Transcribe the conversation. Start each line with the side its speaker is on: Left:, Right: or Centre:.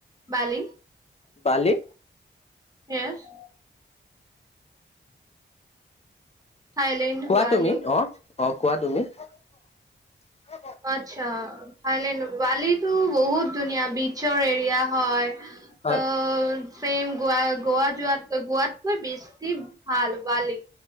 Right: বালি।
Left: বালি।
Right: <unintelligible> থাইলেণ্ড
Left: কোৱা
Right: বালি
Left: তুমি অ অ কোৱা তুমি। <inaudible>
Right: আচ্ছা থাইলেণ্ড ৱালিটো বহুত ধুনীয়া বিচৰ এৰিয়া হয়।
Left: হয়
Right: ত' চেইম গোৱা গোৱাত যোৱাতকৈ গোৱাতকৈ বেছি ভাল বালি।